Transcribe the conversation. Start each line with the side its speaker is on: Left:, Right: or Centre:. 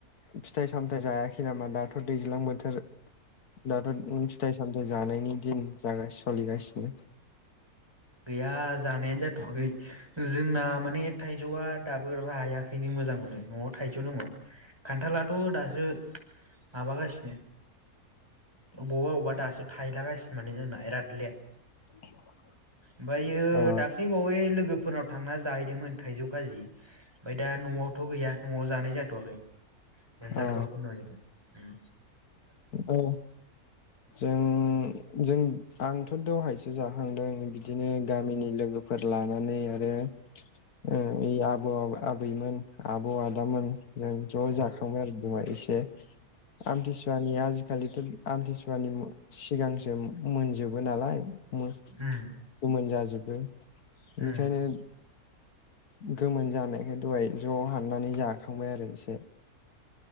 Left: फिथाइ सामथायाइ जायाखै नामा दाथ' दैज्लां बोथोर दाथ' फिथाइ सामथाइ जानायनि दिन जागासिनो सोलिगासिनो।
Right: गैया जानायानो जाथ'खै जोंना माने थाइजौआ दाबो रायाखैनो मोजांखौनो न'आव थाइजौ दङ। खान्थालाथ' दासो। माबागासिनो बबा बबा दासो थायलागासिनो माने जोंना बिराद लेट।
Left: <inaudible>
Right: ओमफ्रायो
Left: ओ
Right: दाख्लैबावै लोगो फोरनाव थांना जाहैदोंमोन थाइजौ खाजि। ओमफ्राय दा न'आवथ' गैया। न'आव जानाय जाथ'वाखै। मोनजाथ'आखै
Left: ओ
Right: न'निखौ। उम।
Left: औ जों जों। आंथ' दहायसो जाखांदों बिदिनो गामिनि लोगोफोर लानानै आरो। <unintelligible> आबैमोन आब' आदामोन। जों
Right: औ
Left: ज' जाखांबाय आरो। जमा एसे। आमति सुवा। आजिखालिथ आमथिसुवानि सिगांसो मोनजोबो नालाय। मो
Right: उम
Left: गोमोन जाजोबो दे बेनिखायनो
Right: उम
Left: गोमोन जानायखाय दहाय ज हाननानै जाखांबाय आरो एसे